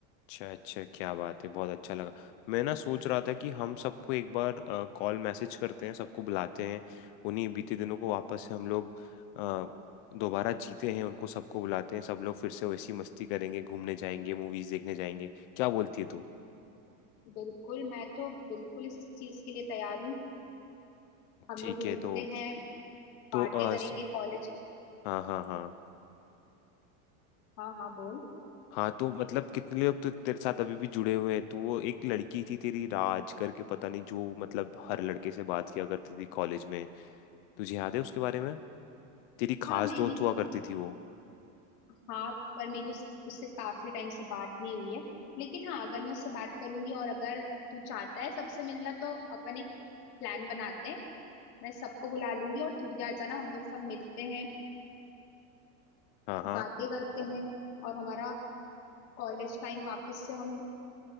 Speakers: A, on the left; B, on the left.
A: अच्छा अच्छा क्या बात है बहुत अच्छा लगा मैं ना सोच रहा था कि हम सबको एक बार कॉल मैसेज करते हैं सबको बुलाते हैं उन्हीं बीते दिनों को वापस से हम लोग अ, दोबारा जीते हैं उनको सबको बुलाते हैं सब लोग फिर से वैसी मस्ती करेंगे घूमने जाएंगे मूवीज देखने जाएंगे क्या बोलती है तू
B: बिल्कुल मैं तो बिल्कुल इस चीज के लिए तैयार हूँ हम
A: ठीक
B: लोग
A: है
B: मिलते
A: तो
B: हैं
A: तो
B: बातें
A: आ,
B: करेंगे
A: स,
B: कॉलेज
A: हाँ हाँ हाँ
B: हाँ हाँ बोल
A: हाँ तो मतलब कितने लोग तो तेरे साथ अभी भी जुड़े हुए हैं तू वो एक लड़की थी तेरी राज करके पता नहीं जो मतलब हर लड़के से बात किया करती थी कॉलेज में तुझे याद है उसके बारे में तेरी खास
B: हाँ मेरी
A: दोस्त हुआ करती थी वो
B: हाँ पर मेरी उस, उससे काफी टाइम से बात नहीं हुई है लेकिन हाँ अगर मैं उससे बात करूंगी और अगर तू चाहता है सबसे मिलना तो अपन एक प्लान बनाते हैं मैं सबको बुला लूंगी और तू भी आ जाना हम लोग सब मिलते हैं
A: हाँ हाँ
B: बातें करते हैं और हमारा कॉलेज टाइम वापस से हम